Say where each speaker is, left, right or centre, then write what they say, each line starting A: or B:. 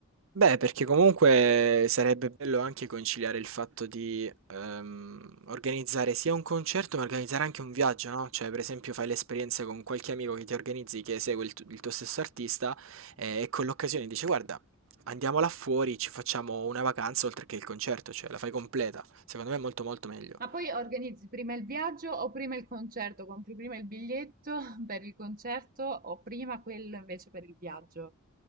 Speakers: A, on the right (about 65°); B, on the right (about 45°).
A: Beh, perché comunque sarebbe bello anche conciliare il fatto di ehm, organizzare sia un concerto, ma organizzare anche un viaggio, no? Cioè, per esempio, fai l'esperienza con qualche amico che ti organizzi, che segue il, tu- il tuo stesso artista, eh, e con l'occasione dici, guarda, andiamo là fuori, ci facciamo una vacanza oltre che il concerto, cioè la fai completa. Secondo me è molto molto meglio.
B: Ma poi organizzi prima il viaggio o prima il concerto? Compri prima il biglietto <laughs> per il concerto o prima quello invece per il viaggio?